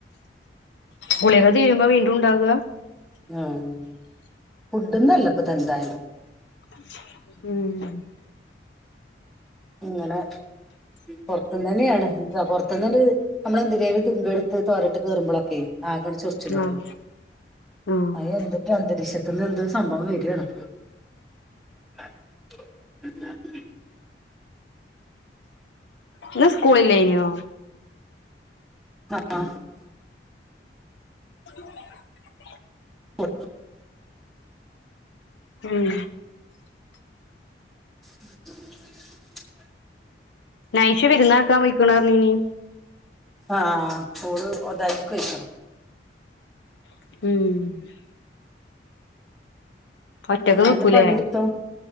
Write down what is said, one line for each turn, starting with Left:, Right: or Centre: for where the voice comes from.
Left: ഗുളിക തീർന്നു വീണ്ടും ഉണ്ടാവുക
Centre: ഉം ഫുഡ്ഡോന്നും അല്ല ഇപ്പതെന്തായാലും
Left: ഉം
Centre: ഇങ്ങനെ പൊറത്തൂന്ന് തന്നെയാണ് അഹ് പുറത്തൂന്നണ്ട് നമ്മളെന്തിനേലും തിൻമ്പി എടുത്ത് തോരട്ട് കേറുമ്പോഴൊക്കെ ആകെ ഒരു ചൊറിച്ചിലു തൊടങ്ങും
Left: ആഹ് ആഹ്
Centre: അതിനെന്തൊ അന്തരീക്ഷത്തിന്ന് എന്ത സംഭവം വരുവാണെ <unintelligible>
Left: ഇന്നു സ്കൂളില്ലായിനോ
Centre: ആ <unintelligible>
Left: ഉ <unintelligible>
Centre: കൊ
Left: ഉം
Centre: <unintelligible>
Left: നയിഷു വിരുന്നാക്കാൻ പൊയ്ക്കണോ പറഞ്ഞിനി
Centre: ആഹ് ഓളു ഒതായിക്കു പോയിക്കണ്
Left: ഉം ഒറ്റക്ക്
Centre: ഉമ്മാന്റെ
Left: നിക്കൂലേ
Centre: പനിയെടുത്തോ